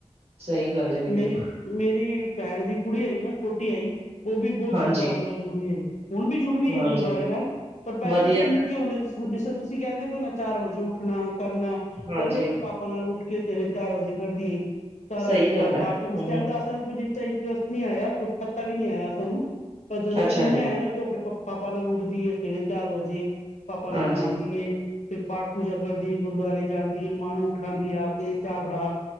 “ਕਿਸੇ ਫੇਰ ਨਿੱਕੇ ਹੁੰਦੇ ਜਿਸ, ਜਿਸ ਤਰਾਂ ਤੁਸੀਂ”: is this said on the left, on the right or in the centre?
Left